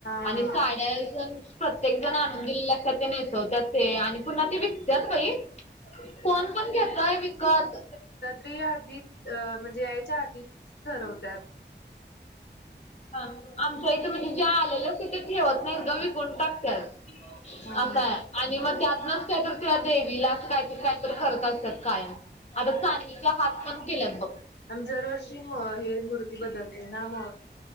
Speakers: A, on the left (about 65°); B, on the left (about 35°).
A: हा.
B: आणि साड्या एक जण प्रत्येक जण आणून दिलेल्या असतात ते नेसवत्यात ते आणि पुन्हा ते विक त्यात बाई कोण पण घेतयं विकत
A: ती आधीच अह म्हणजे याच्या आधीच ठरवत्यात.
B: आमच्या इथ म्हणजे ज्या आलेल्या असतात त्या ठेवत नाहीत गं विकून टाकत्यात.
A: हा
B: असाय
A: हा.
B: आणि मग त्यातनच काही तर त्या देवीला असं कायतरी, कायतरी करत असतात कायम आता चांदीचे हात पण केल्यात बघ.
A: अन जरवर्षी म हे मूर्ती बदलते ना मग